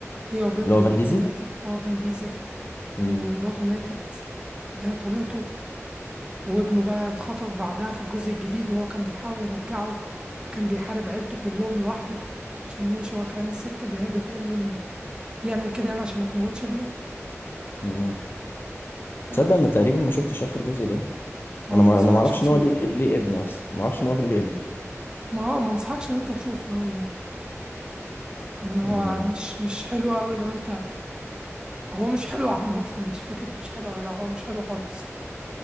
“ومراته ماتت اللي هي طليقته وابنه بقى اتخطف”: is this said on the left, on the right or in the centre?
Right